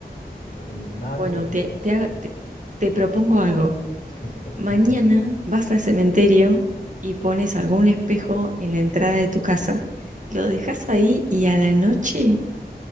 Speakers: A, on the left; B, on the right.
A: N- Nada
B: Bueno,
A: de eso, pues,
B: te,
A: entonces.
B: te, haga- te, te propongo algo.
A: <laughs>
B: Mañana
A: Nada.
B: vas al cementerio y pones algún espejo en la entrada de tu casa. Lo dejas ahí y a la noche